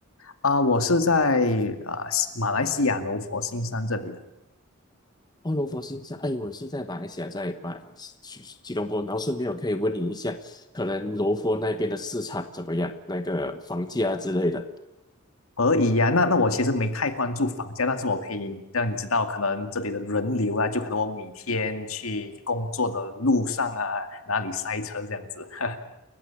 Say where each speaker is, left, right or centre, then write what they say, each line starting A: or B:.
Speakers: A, on the left; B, on the left.
A: 啊、我是在啊、马来西亚柔佛新山这里的。
B: 哦，罗佛新山，哎，我是在马来西亚，在马吉吉隆坡。然后顺便我可以问你一下，可能罗佛那边的市场怎么样？那个房价之类的。
A: 而已呀、那那我其实没太关注房价，但是我可以让你知道，可能这里的人流啊，就可能我每天去工作的路上啊，哪里塞车这样子。<laughs>